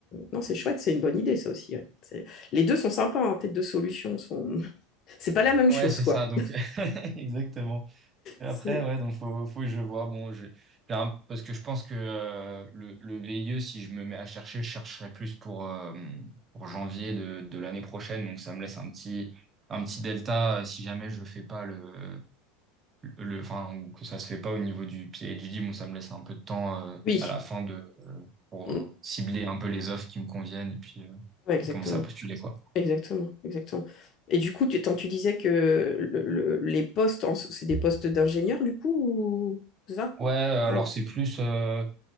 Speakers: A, on the left; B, on the right.
A: non, c'est chouette, c'est une bonne idée ça aussi. ouais. C'est- Les deux sont sympas, hein, tes deux solutions sont. <laughs> C'est pas la même
B: Ouais,
A: chose,
B: c'est
A: quoi.
B: ça, donc <laughs> exactement. Et après,
A: C'est...
B: ouais, donc faut, faut que je vois. Bon, je, j'ai un- parce que je pense que euh, le, le VIE, si je me mets à chercher, je chercherai plus pour, euh, pour janvier de, de l'année prochaine. Donc ça me laisse un petit, un petit delta euh, si jamais je fais pas le, le, enfin, ou que ça se fait pas au niveau du PhD. Bon, ça me laisse un peu de temps euh,
A: Oui,
B: à la fin de, euh, pour
A: Mm.
B: euh, cibler un peu les offres qui me conviennent et puis euh,
A: Ouais, exactement.
B: et commencer à postuler, quoi.
A: Exactement, exactement. Et du coup, tu, tant tu disais que le- le- les postes, en- so, c'est des postes d'ingénieur, du coup, ou... c'est ça?
B: Ouais, alors
A: Ouais.
B: c'est plus. euh,